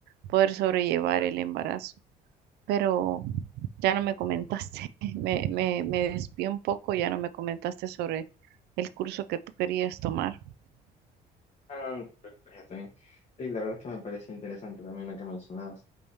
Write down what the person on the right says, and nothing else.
poder sobrellevar el embarazo. Pero ya no me comentaste, <laughs> me, me, me desvié un poco, ya no me comentaste sobre el curso que tú querías tomar.